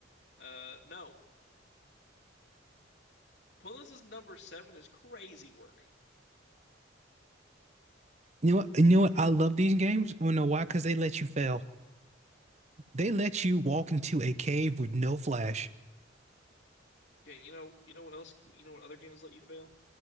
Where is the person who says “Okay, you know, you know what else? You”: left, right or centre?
Left